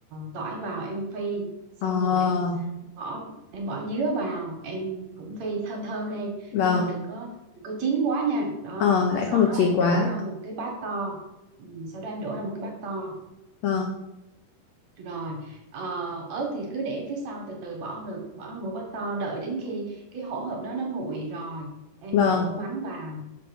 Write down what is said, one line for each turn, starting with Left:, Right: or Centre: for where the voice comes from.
Right: tỏi vào em phi xong
Left: ờ,
Right: rồi em bỏ em bỏ dứa vào em cũng phi thơm thơm lên
Left: vâng,
Right: nhưng mà đừng có đừng có chín quá nha đó
Left: ờ, lại
Right: sau
Left: không được
Right: đó
Left: chín
Right: em
Left: quá.
Right: đổ ra một cái bát to Ừ, sau đó em đổ ra một cái bát to
Left: Vâng,
Right: rồi ờ, ớt thì cứ để phía sau từ từ bỏ không được bỏ vào một bát to đợi đến khi cái hỗn hợp đó nó nguội rồi em
Left: vâng.
Right: đổ mắm vào